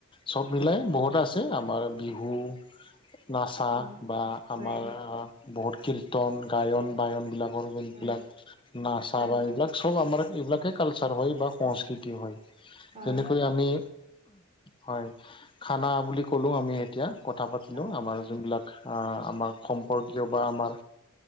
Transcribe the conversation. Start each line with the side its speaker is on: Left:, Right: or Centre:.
Left: চব মিলাই বহুত আছে আমাৰ বিহু নাচা
Right: হয়
Left: বা আমাৰ বহুত কীৰ্তন গায়ন বায়ন বিলাক এইবিলাক
Right: হয়
Left: নাচা
Right: হয়
Left: বা এইবিলাক সব আমাৰ এইবিলাকে কালচাৰ হয় বা সংস্কৃতি হয়।
Right: হয়
Left: যেনেকৈ
Right: হয়
Left: আমি হয় খানা বুলি ক'লোঁ আমি এতিয়া কথা পাতিলোঁ
Right: অ
Left: আমাৰ যোনবিলাক আমাৰ সম্পৰ্কীয় বা আমাৰ